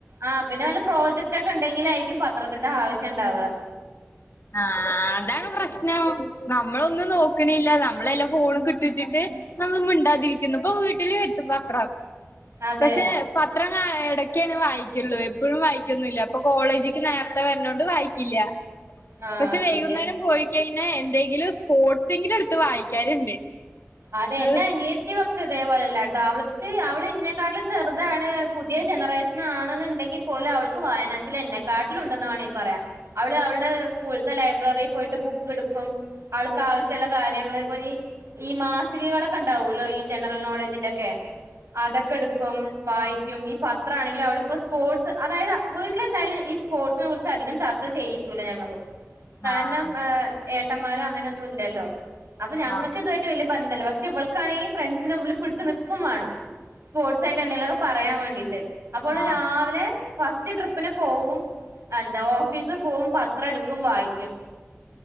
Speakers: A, on the right; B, on the left.
A: ആഹ് പിന്നെ വല്ല പ്രോജക്ട് ഒക്കെ ഉണ്ടെങ്കിലാ ആയിരിക്കും, പത്രത്തിന്റെ ആവശ്യം ഉണ്ടാവുക.
B: ആഹ് അതാണ് പ്രശ്നം. നമ്മളൊന്നും നോക്കണ്ല്ല. നമ്മളെല്ലാം ഫോണ് കിട്ടൂന്ന്ച്ച്ട്ട്. നമ്മള് മിണ്ടാതിരിക്കുന്നു. ഇപ്പൊ വീട്ടില് കിട്ടും.
A: അതെ
B: പക്ഷെ, പത്രം ഞാ ഇടക്കാണ് വായിക്കുള്ളൂ. എപ്പോഴും വായിക്കൊന്നില്ല. അപ്പൊ കോളേജക്ക് നേരത്തെ വരുന്നോണ്ട് വായിക്കില്ല.
A: ആഹ്
B: പക്ഷെ വൈകുന്നേരം
A: ശരിയാണ്
B: പോയി കഴിഞ്ഞാൽ എന്തെങ്കിലും സ്പോർട്സങ്കിലും എടുത്ത് വായിക്കാറുണ്ട്.
A: അതെ
B: ആഹ്
A: എന്റെ അനിയ ത്തി പക്ഷേ ഇതേപോലെല്ലാട്ടോ. അവൾക്ക് അവളെന്നേക്കാട്ടി ചെറുതാണ്, പുതിയ ജനറേഷനാ ണെന്ന് ണ്ടെങ്കി പോലും അവൾക്ക് വായനാശീലം എന്നെക്കാട്ടിലും ഉണ്ടെന്ന് വേണീ പറയാം. അവള് അവളുടെ സ്കൂളത്തെ ലൈബ്രറിൽ പോയിട്ട് ബുക്കെടുക്കും. ആൾക്കാവശ്യള്ള കാര്യങ്ങള് ഇപ്പൊനി, ഈ മാസികകളൊക്കെ ഉണ്ടാവൂല്ലോ, ഈ ജനറൽ നോളേജിന്റൊക്കെ. അതൊക്കെടുക്കും, വായിക്കും. ഈ പത്രാണെങ്കിലും അവളിപ്പോൾ സ്പോർട്സ് അതായത് വീട്ടിലെന്തായാലും, ഈ സ്പോർട്സിനെ കുറിച്ച് അധികം ചർച്ച ചെയ്യും. പിന്നെ ഞങ്ങളും. കാരണം
B: ആഹ്
A: ഏഹ് ഏട്ടന്മാരോ അങ്ങനൊന്നും ഇല്ലല്ലോ. അപ്പൊ ഞങ്ങൾക്കിതാ
B: ആഹ്
A: യിട്ട് വലിയ ബന്ധല്ല. പക്ഷെ ഇൾക്കാണെങ്കില് ഫ്രണ്ട്സിന് മുമ്പില് പിടച്ച് നിൽക്കുവേണം. സ്പോർട്സായിട്ട് എന്തെങ്കിലൊക്കെ പറയാൻ വേണ്ടീട്ട്. അപ്പോ അവള്
B: ആഹ്
A: രാവിലെ, ഫസ്റ്റ് ട്രിപ്പിന് പോവും. എന്താ ഓഫീസിൽ പോകും. പത്രം എടുക്കും വായിക്കും.